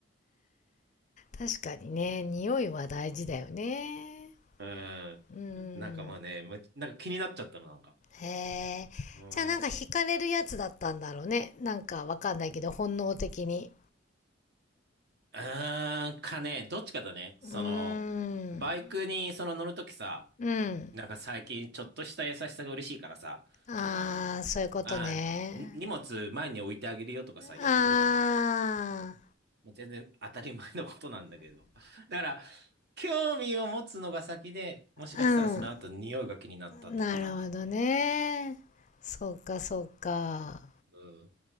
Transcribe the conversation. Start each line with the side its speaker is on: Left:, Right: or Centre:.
Left: 確かにね、匂いは大事だよね。
Right: うんなんかまあね、
Left: うん。
Right: むなんか気になっちゃったの、なんか。
Left: へえ。
Right: うん。
Left: じゃあなんか惹かれるやつだったんだろうね。なんかわかんないけど、本能的に。
Right: うーん、かね、どっちかだね。その、
Left: うーん。
Right: バイクにその乗るときさ、
Left: うん。
Right: なんか最近ちょっとした優しさが嬉しいからさ、
Left: ああ、
Right: その、
Left: そういうことね。
Right: ああ、に荷物前に置いてあげるよとかさ、やってくれたのよ。
Left: あ
Right: まあ全然当たり前のことなんだけど。だから、興味を持つのが先で、もしかしたらその後匂いが気になったってパターンかもね。
Left: あ、うん。なるほどね。そうか、そうか。
Right: うん。